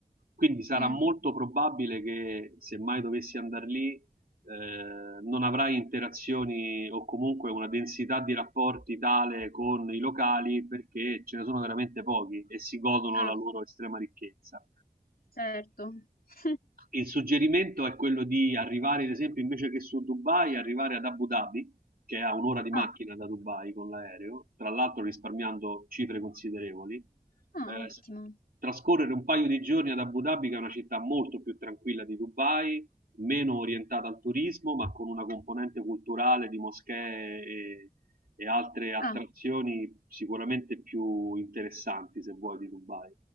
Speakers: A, on the right; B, on the left.
A: quindi sarà
B: Mm,
A: molto probabile che se mai dovessi andare lì eh, non avrai interazioni o comunque una densità di rapporti tale con i locali perché ce ne sono veramente pochi e si godono
B: Ah,
A: la loro estrema ricchezza.
B: certo. <laughs>
A: Eh, Il suggerimento è quello di arrivare, ad esempio, invece che su Dubai, arrivare ad Abu Dhabi, che è a un'ora di macchina
B: Ah,
A: da Dubai con l'aereo, tra l'altro risparmiando cifre considerevoli.
B: ah,
A: Eh,
B: ottimo.
A: s- trascorrere un paio di giorni ad Abu Dhabi, che è una città molto più tranquilla di Dubai, meno orientata al turismo, ma con una componente culturale di moschee e, e altre attrazioni
B: Ah,
A: sicuramente più interessanti, se vuoi, di Dubai.